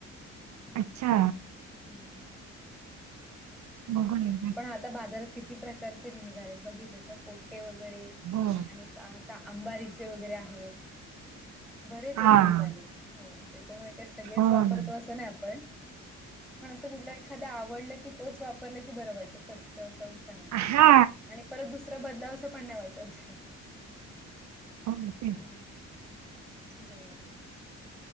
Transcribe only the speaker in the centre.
हम्. <unintelligible>
पण आता बाजारात किती प्रकारचे निघालेत बघितलेत ना पोट्टे वगैरे
आणि का का आंबारीचे वगैरे आहेत बरेच आहेत
मसाले. हो त्याच्यामुळे काय सगळेच
वापरतो
असं नाही आपण पण असं कुठला एखादा आवडलं की तोच वापरलं की बरं वाटत चल चव छान येते
आणि परत दुसरा बदलावस पण नाही वाटत.
हम्म बरं.